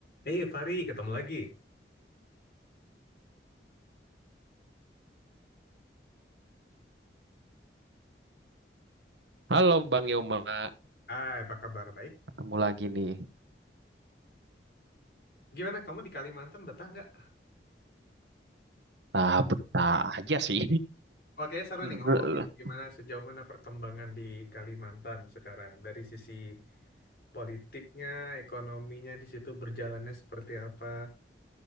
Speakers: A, on the left (about 55°); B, on the right (about 80°).
A: Hei Fari, ketemu lagi.
B: Halo Bang Yoma,
A: Ah, apa kabar? Baik.
B: ketemu lagi nih.
A: Gimana kamu di Kalimantan betah nggak?
B: Nah, betah aja sih.
A: Oke, seru
B: <laughs>
A: nih ngomongin gimana sejauh mana perkembangan di Kalimantan sekarang. Dari sisi politiknya, ekonominya di situ berjalannya seperti apa.